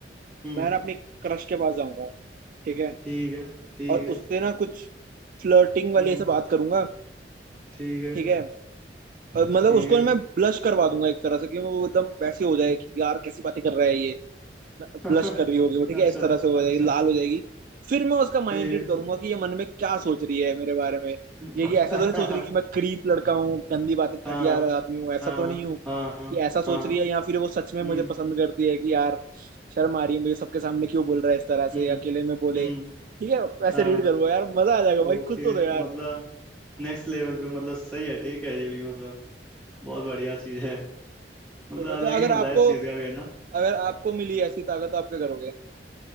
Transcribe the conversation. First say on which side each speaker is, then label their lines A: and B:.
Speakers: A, in the centre; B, on the right.
A: हम्म
B: मैं ना अपनी क्रश के पास जाऊंगा ठीक है
A: ठीक है ठीक
B: और
A: है
B: उससे ना कुछ फ्लर्टिंग वाली
A: हम्म
B: ऐसे बात करूंगा
A: ठीक है
B: ठीक है और मतलब
A: ठीक
B: उसको मैं ब्लश करवा दूंगा एक तरह से कि वो एकदम वैसे हो जाए
A: है
B: कि यार कैसी बातें कर रहा है ये ब्लश
A: <laughs>
B: कर रही होगी वो ठीक
A: अच्छा
B: है इस तरह से हो
A: अच्छा
B: जाएगी लाल हो जाएगी फिर मैं उसका माइंड
A: ठीक
B: रीड करूंगा कि ये मन में क्या सोच रही है मेरे बारे में
A: है
B: ये ये ऐसे तो नहीं सोच रही कि
A: <laughs>
B: मैं क्रीप लड़का हूँ गंदी बातें घटिया
A: हाँ
B: आदमी हूँ ऐसा
A: हाँ
B: तो नहीं हूँ
A: हाँ
B: कि ऐसा सोच
A: हाँ
B: रही है या फिर वो सच में
A: हम्म
B: मुझे पसंद करती है कि यार शर्म आ रही है मुझे सबके सामने क्यों बोल रहा है इस तरह से
A: हम्म
B: अकेले में बोले
A: हम्म
B: ठीक है वैसे
A: हाँ
B: रीड करो यार मजा आ जाएगा भाई
A: ओके
B: खुद तो दो यार
A: मतलब नेक्स्ट लेवल पे मतलब सही है ठीक है ये भी मतलब बहुत बढ़िया चीज है मतलब
B: तो,
A: अलग
B: तो अगर
A: ही मजा
B: आपको
A: है इस चीज का भी है ना
B: अगर आपको मिली ऐसी ताकत तो आप क्या करोगे